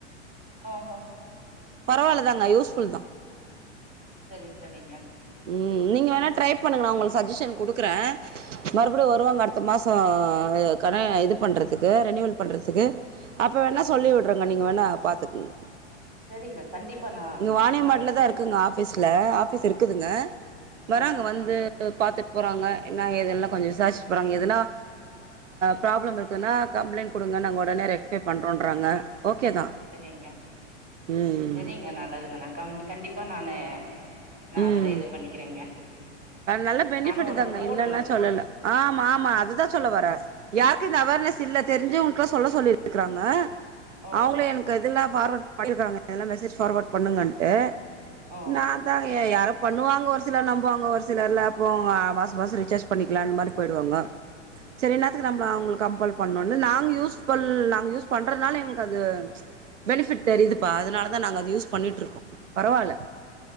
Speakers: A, on the right; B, on the right.
A: அஹ
B: பரவால்லதாங்க யூஸ்ஃபுல் தா
A: சரி சரிங்க
B: ம் நீங்க வேணா ட்ரை பண்ணுங்கள உங்களுக்கு சட்ஜஷன் குடுக்கற மறுபடியு வருவாங்க அடுத்த மாசோ கன இது பண்றதுக்கு ரெனியுவல் பண்றதுக்கு அப்ப வேணா சொல்லி உட்றங்க நீங்க வேணா பாத்துக்குங்க
A: செரிங்க கண்டிப்பா நா
B: இங்க வாணியம்பாடியில்
A: வரேங்க
B: தா இருக்குங்க ஆஃபீஸ்ல ஆஃபீஸ் இருக்குதுங்க வராறங்க
A: ஆ
B: வந்து பாத்துட்டு போறாங்க என்ன ஏதுல்லா கொஞ்சோ விசாரிச்சிட்டு போறாங்க எதுனா ப்ராப்ளம் இருக்குன்னா கம்ப்ளைண்ட் குடுங்க நாங்க உடனே ரெக்டிஃபை பண்றோன்றாங்க ஓகே தா
A: சரிங்க
B: ம்
A: சரிங்க நல்லதுங்க நா க கண்டிப்பா நானு நா
B: ம்
A: அதுல இது பண்ணிக்கிறேங்க
B: நல்ல பெனிஃபிட்
A: நானு ஒண்ணு
B: தாங்க
A: போடணு
B: இல்லல்லா சொல்லல ஆமா ஆமா அதுதா சொல்ல வர யாருக்கு இந்த அவேர்னஸ் இல்ல தெரிஞ்சுவங்க்ளுல்லா சொல்ல சொல்லிருக்கறாங்க
A: ஓ
B: அவுங்களே எனக்கு இதில்லா ஃபார்வர்ட் பண்ணிருக்காங்கல்லா மெசேஜ் ஃபார்வேர்ட் பண்ணுங்கன்டு
A: ஓ
B: நா தா யாரோ பண்ணுவாங்க ஒருசிலர் நம்புவாங்க ஒரு சி சிலர்ல போமா மாச மாசோ ரீசார்ஜ் பண்ணிக்கலான் மாரிபோய்டுவாங்கோ சரி என்னாத்துக்கு நம்பள அவுங்களுக்கு கம்பல் பண்ணுனு நாங்க யூஸ் பல் நாங்க யூஸ் பண்றதுனால எங்களுக்கு அது பெனிஃபிட் தெரியுதுப்பா அதனால தா நாங்க அத யூஸ் பண்ணிட்டுருக்கோ பரவால்ல